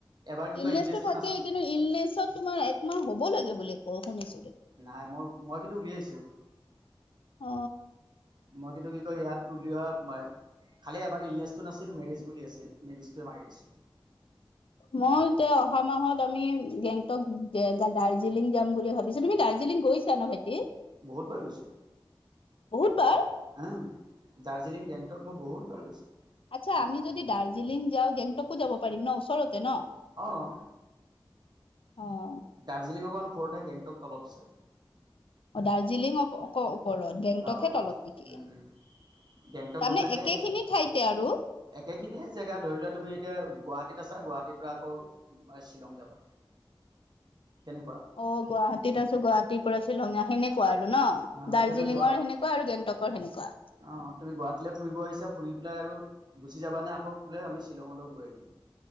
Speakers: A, on the right; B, on the left.
A: এবাৰ কি
B: ইলনেছটো
A: কয়
B: থাকেই।
A: নাছিল
B: কিন্তু ইলনেছত তোমাৰ একমাহ হ'ব লাগে বুলি কয় শুনিছোঁ।
A: নাই, মই মই কিন্তু উলিয়াইছোঁ।
B: অ
A: মই কিন্তু কি কয় ইয়াত উলিওৱাত বাই খালি এবাৰ ইলনেচটো নাছিল। মেৰিজ বুলি আছিল, মেৰিজটোৱে মাৰি দিছোঁ।
B: মই এতিয়া অহা মাহত আমি গেংটক, দাৰ্জিলিং যাম বুলি ভাবিছোঁ। তুমি দাৰ্জিলিং গৈছা ন ভাইটি?
A: বহুত বাৰ গৈছোঁ।
B: বহুত বাৰ
A: হ দাৰ্জিলিং, গেং তাত মই বহুত বাৰ গৈছোঁ।
B: আচ্ছা আমি যদি দাৰ্জিলিং যাওঁ, গেংটকো যাব পাৰিম ন? ওচৰতে ন?
A: অ',
B: অ।
A: দাৰ্জিলিং অকমান ওপৰতে গেংটক তলত আছে।
B: অ দাৰ্জিলিং আকৌ ওপৰত গেংটক
A: অ', ওপৰত
B: হে তলত নেকি?
A: উম, গেংটক
B: তাৰমানে
A: গৈ পেলাই সেই
B: একেখিনি
A: একে,
B: ঠাইতে আৰু অ
A: একেখিনিয়ে জেগা ধৰি লোৱা তুমি এতিয়া গুৱাহাটী গুৱাহাটীত আছা। গুৱাহাটীৰ পৰা আকৌ শ্বিলং যাবা। তেনেকুৱা
B: অ গুৱাহাটীত আছোঁ, গুৱাহাটীত পৰা শ্বিলঙীয়া সেনেকুৱা আৰু ন?
A: অ',
B: দাৰ্জিলিঙৰ
A: এতিয়া তুমি গুৱা
B: সেনেকুৱা আৰু গেংটকৰ সেনেকুৱা।
A: অ', তুমি গুৱাহাটীলৈ ফুৰিব আহিছা, ফুৰি পেলাই আৰু গুচি যাবা নে, আকৌ বোলে আমি শ্বিলঙলৈও গৈ আহিম।